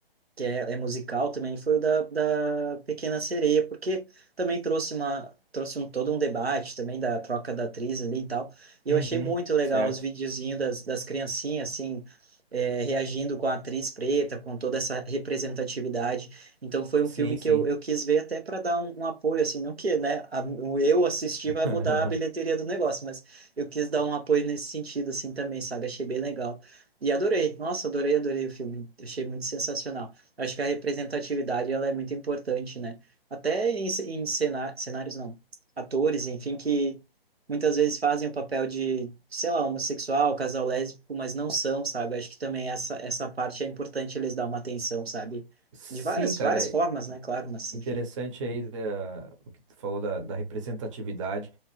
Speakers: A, on the right (about 90°); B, on the right (about 30°).
A: que é, é musical também, foi o da, da Pequena Sereia, porque também trouxe uma trouxe um todo um debate também da troca da atriz ali e tal. E
B: Uhum,
A: eu achei muito legal
B: certo.
A: os videozinhos das, das criancinhas, assim, é, reagindo com a atriz preta, com toda essa representatividade. Então foi um
B: Sim,
A: filme que
B: sim.
A: eu, eu quis ver até para dar um, um apoio, assim, não que, né, a, o eu assistir
B: <laughs>
A: vai mudar a bilheteria do negócio, mas eu quis dar um apoio nesse sentido, assim, também, sabe? Achei bem legal. E adorei, nossa, adorei, adorei o filme, achei muito sensacional. Acho que a representatividade ela é muito importante, né? Até em, em cena- cenários, não, atores, enfim, que muitas vezes fazem o papel de, sei lá, homossexual, casal lésbico, mas não são, sabe? Acho que também essa, essa parte é importante eles dar uma atenção, sabe?
B: Sim,
A: De várias,
B: cara,
A: várias formas,
B: é
A: né? Claro, mas
B: interessante
A: enfim.
B: aí da- o que tu falou da, da representatividade,